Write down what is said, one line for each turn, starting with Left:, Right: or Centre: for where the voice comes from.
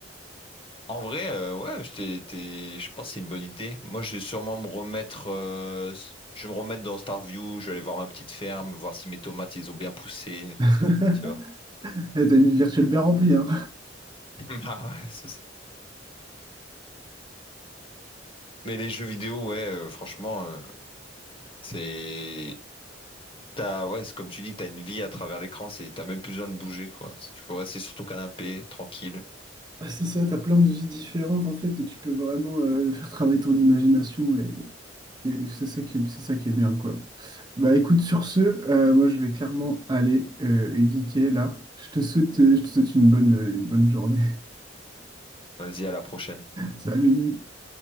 Left: En vrai, euh, ouais, je t'ai- t'es- je pense que c'est une bonne idée. Moi, je vais sûrement me remettre, euh, s- je vais me remettre dans Starview, je vais aller voir ma petite ferme, voir si mes tomates, ils ont bien poussé,
Right: <laughs>
Left: tu vois.
Right: Eh, t'as une vie virtuelle bien remplie, hein.
Left: <laughs> Ah ouais, c'est ça. Mais les jeux vidéo, ouais, euh, franchement, euh, c'est, t'as, ouais, c'est comme tu dis, t'as une vie à travers l'écran, c'est, t'as même plus besoin de bouger, quoi. Tu peux rester sur ton canapé, tranquille.
Right: Ah, c'est ça, t'as plein de vies différentes en fait, et tu peux vraiment euh, faire travailler ton imagination et, et c'est ça qui est, c'est ça qui est bien, quoi. Bah écoute, sur ce, euh, moi je vais clairement aller euh, geeker là. Je te souhaite, je te souhaite une bonne, une bonne journée.
Left: Vas-y, à la prochaine.
Right: Salut.